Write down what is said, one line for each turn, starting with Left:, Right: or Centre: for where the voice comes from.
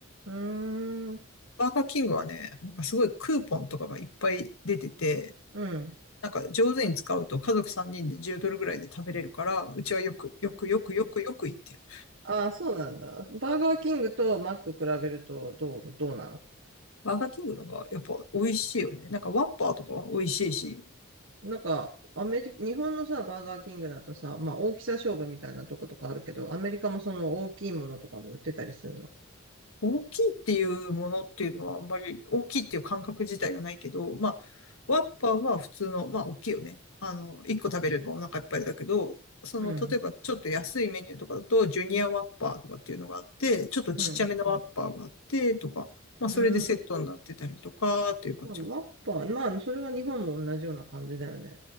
Right: うん。うーん。
Left: バーガーキングはね、なんかすごいクーポンとかがいっぱい出てて、
Right: うん。
Left: なんか上手に使うと家族3人で10ドルぐらいで食べれるから、うちはよく、よく、よく、よく、よく行ってる。
Right: ああ、そうなんだ。バーガーキングとマック比べるとどう、どうなの
Left: バーガーキングのがやっぱ美味しいよね。なんかワッパーとかは美味しいし、
Right: なんか、アメリ、日本のさ、バーガーキングだとさ、まあ大きさ勝負みたいなとことかあるけど、アメリカもその大きいものとかも売ってたりするの。
Left: 大きいっていうものっていうのはあんまり大きいっていう感覚自体がないけど、まあ、ワッパーは普通の、まあ大きいよね。あの、1個食べればお腹いっぱいだけど、その、
Right: うん。
Left: 例えばちょっと安いメニューとかだと、ジュニアワッパーとかっていうのがあって、ちょっとちっちゃめのワッパーがあって、
Right: うん。
Left: とか、まあそれでセットになってたりとか、
Right: うん。
Left: っていう感じか。
Right: まあ、マッパー、まあ、それは日本も同じような感じだよね。